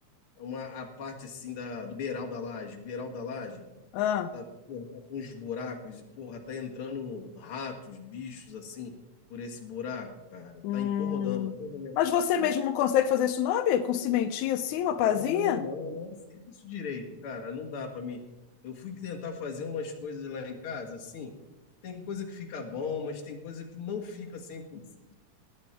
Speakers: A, on the left; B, on the left.
A: uma, a parte assim da, do beiral da laje, o beiral da laje.
B: ah,
A: tá, porra, tá com uns buracos e, porra, tá entrando ratos, bichos assim, por esse buraco, cara.
B: hum.
A: Tá incomodando toda a minha
B: Mas você
A: família.
B: mesmo não consegue fazer isso, não, amigo? Com cimentinho assim, uma
A: Não,
B: pazinha?
A: não, não, serviço direito, cara. Não dá pra mim. Eu fui tentar fazer umas coisas lá em casa, assim. Tem coisa que fica bom, mas tem coisa que não fica 100%.